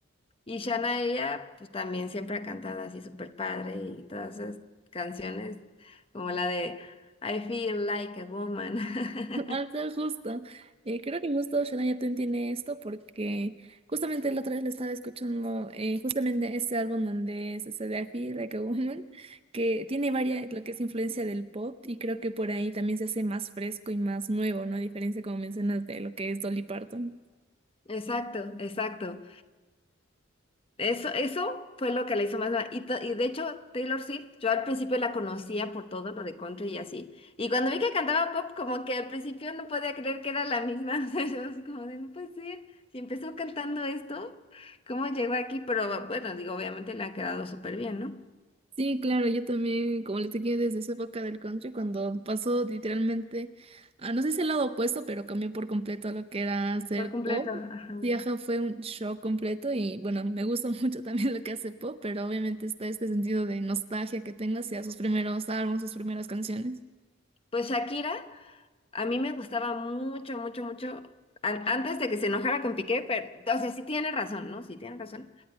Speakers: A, on the left; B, on the right.
A: Y Shana, ella, pues también siempre ha cantado así súper padre y todas esas canciones, como la de I Feel Like a Woman. <laughs>
B: Ah, está justo. Eh, creo que justo Shania Twain tiene esto porque justamente la otra vez le estaba escuchando eh, justamente ese álbum donde es ese de I Feel Like a Woman, que tiene varias, lo que es influencia del pop y creo que por ahí también se hace más fresco y más nuevo, ¿no? A diferencia, como mencionas, de lo que es Dolly Parton.
A: Exacto, exacto. Eso, eso fue lo que la hizo más nueva. Y, to- y de hecho, Taylor Swift, yo al principio la conocía por todo lo de country y así. Y cuando vi que cantaba pop, como que al principio no podía creer que era la misma. <laughs> O sea, yo así como de, no puede ser. Si empezó cantando esto, ¿cómo llegó aquí? Pero bueno, digo, obviamente le ha quedado súper bien, ¿no?
B: Sí, claro, yo también, como les dije, desde esa época del country, cuando pasó literalmente, a, no sé si el lado opuesto, pero cambió por completo a lo que era hacer
A: Por completo,
B: pop.
A: ajá.
B: Sí, ajá, fue un shock completo y bueno, me gusta <laughs> mucho también lo que hace pop, pero obviamente está este sentido de nostalgia que tengo hacia sus primeros álbumes, sus primeras canciones.
A: Pues Shakira, a mí me gustaba mucho, mucho, mucho. an- antes de que se enojara con Piqué, pero, o sea, sí tiene razón, ¿no? Sí tiene razón.